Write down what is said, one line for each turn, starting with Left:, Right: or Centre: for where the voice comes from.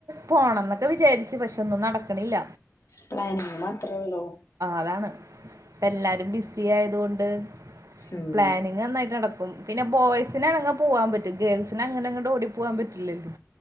Right: പോണംന്നൊക്കെ വിചാരിച്ച് പക്ഷെ ഒന്നും നടക്ക്ണില്ല.
Left: ഇബളെ ഞാൻ മാത്രേ ള്ളോ.
Right: അതാണ് ഇപ്പ എല്ലാരും ബിസി ആയതോണ്ട്
Left: ഉം
Right: പ്ലാനിങ് നന്നായിട്ട് നടക്കും. പിന്നെ ബോയ്സിനാണങ്ങെ പോവാൻ പറ്റും ഗേൾസിന് അങ്ങനെങ്ങട് ഓടി പോവാൻ പറ്റില്ലല്ലോ.